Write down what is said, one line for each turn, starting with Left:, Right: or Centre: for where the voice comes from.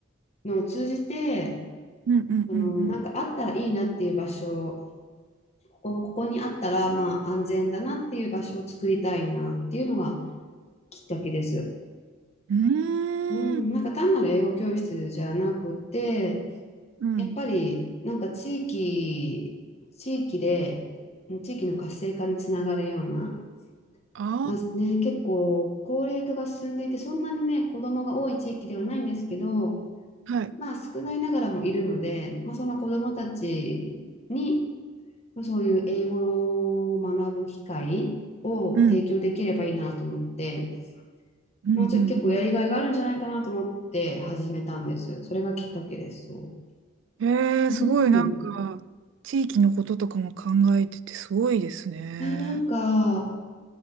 Left: のを通じて、
Right: うんうんうん
Left: その、なんかあったらいいなっていう場所、ここ、ここにあったら、まあ、安全だなっていう場所を作りたいなっていうのがきっかけです。
Right: うん。
Left: うん、
Right: うーん。
Left: なんか単なる英語教室じゃなくて、
Right: うん。
Left: やっぱりなんか地域、地域で、地域の活性化につながるような、
Right: あ
Left: まあね、結構高齢化が進んでいて、そんなにね、子供が多い地域ではないんですけど、
Right: あ。はい。
Left: まあ少ないながらもいるので、まあその子供たちに、まあ、そういう英語を学ぶ機会を提供できればいいなと思って、
Right: うん。うんうん
Left: まあちょ結構やりがいがあるんじゃないかなと思って始めたんです。それがきっかけです。そ
Right: うん。へえ、
Left: う。
Right: すごいなんか、
Left: うん。
Right: 地域のこととかも考えててすごいですね。
Left: いや、なんか、